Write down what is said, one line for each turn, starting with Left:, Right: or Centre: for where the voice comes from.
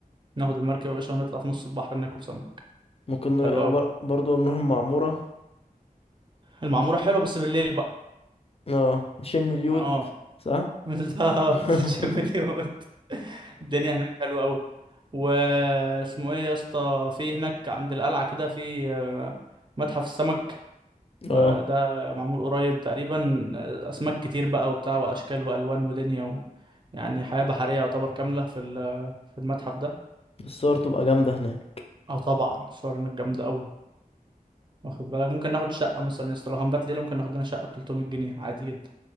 Right: ناخد المركب يا باشا ونطلع في نص البحر ناكل سمك
Left: ممكن
Right: حلو
Left: نر-
Right: قوي
Left: بر- برضه نروح المعموره
Right: المعموره حلوه بس بالليل بقى
Left: اه نشم اليود
Right: اه
Left: صح
Right: بالظبط
Left: <laughs>
Right: <laughs> تشم اليود الدنيا هناك حلوه قوي واسمه ايه يا اسطى في هناك عند القلعه كده في آه، متحف السمك
Left: اه
Right: آه، ده معمول قريب تقريبا آه، اسماك كتير بقى وبتاع واشكال والوان ودنيا و... يعني حياه بحريه يعتبر كامله في ال- في المتحف ده
Left: الصور تبقى جامده هناك
Right: اه طبعا الصور هناك جامده قوي واخد بالك ممكن ناخد شقه مثلا يا اسطى لو هنبات ليله ممكن ناخد لنا شقه ب 300 جنيه عادي جدا